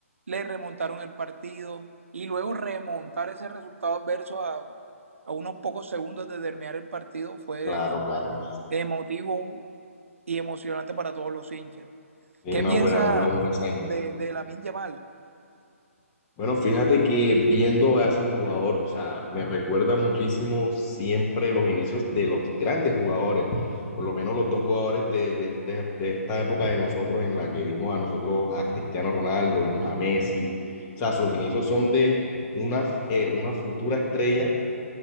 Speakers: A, on the right; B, on the left.
A: le remontaron el partido y luego remontar ese resultado adverso a, a unos pocos segundos de terminar el partido fue
B: claro, claro.
A: emotivo y emocionante para todos los hinchas.
B: Y
A: ¿Qué
B: una
A: piensa
B: buena, una buena hazaña.
A: de, de Lamin Yamal?
B: Bueno, fíjate que viendo a ese jugador, o sea, me recuerda muchísimo siempre los inicios de los grandes jugadores, por lo menos los dos jugadores de, de, de- de esta época de nosotros en la que vimos a nosotros, a Cristiano Ronaldo, vimos a Messi, o sea, sus inicios son de una, eh, una futura estrella,